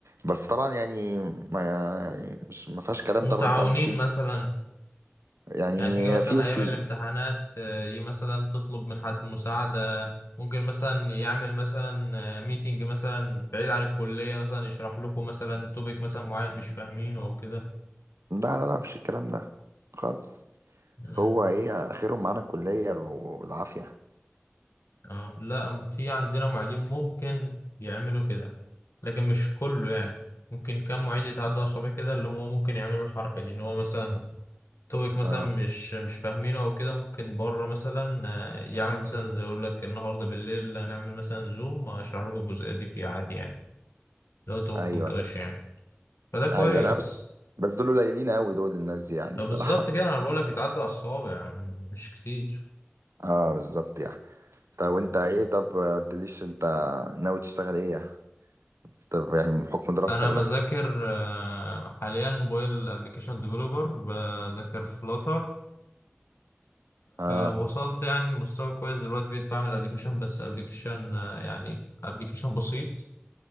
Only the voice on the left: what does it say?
متعاونين
مثلا
يعني تيجي مثلا
أيام الامتحانات
آه، ي- مثلا تطلب من حد مساعدة ممكن مثلا يعمل مثلا ميتنج مثلا بعيد عن الكلية مثلا يشرح لكم مثلا توبيك مثلا معين مش فاهمينه أو كده
مم.
اه لا في عندنا معيدين ممكن يعملوا كده لكن مش كله يعني ممكن كم معيد يتعدوا على صباع كده اللي هم ممكن يعملوا الحركة دي ان هو مثلا توبيك مثلا
مش مش فاهمينه او كده ممكن بره مثلا آه، يعمل مثلا يقول لك النهارده بالليل هنعمل مثلا زوم اشرح لكم الجزئية دي في عادي يعني لو انتوا ما
فهمتوهاش يعني فده كويس
ده
بالظبط كده انا بقول لك يتعدوا على الصوابع يعني مش كتير
انا بذاكر
آه، حاليا موبايل ابلكيشن ديفلوبر بذاكر فلوتر
وصلت يعني مستوى كويس دلوقتي بقيت بعمل ابلكيشن بس ابلكيشن يعني ابلكيشن بسيط